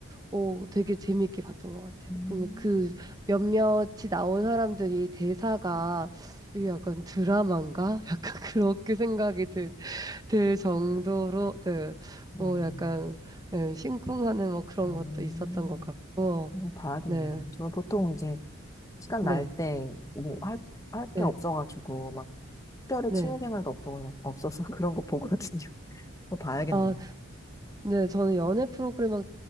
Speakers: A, on the right; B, on the left.
A: 어, 되게 재밌게 봤던 것 같아요.
B: 음,
A: 근데 그 몇몇이 나온 사람들이 대사가 이게 약간 드라마인가? <laughs> 약간 그렇게 생각이 들, 들 정도로, 네. 어,
B: 음,
A: 약간, 예, 심쿵하는 뭐 그런
B: 음.
A: 것도 있었던 것 같고,
B: 한번 봐야겠네요.
A: 네.
B: 저는 보통 이제 시간
A: 네.
B: 날 때, 뭐, 할, 할
A: 네.
B: 게 없어가지고, 막, 특별히
A: 네.
B: 취미생활도 없어, 없어서 <laughs> 그런 거 보거든요. 그거 봐야겠네.
A: 아, 네, 저는 연애 프로그램 막,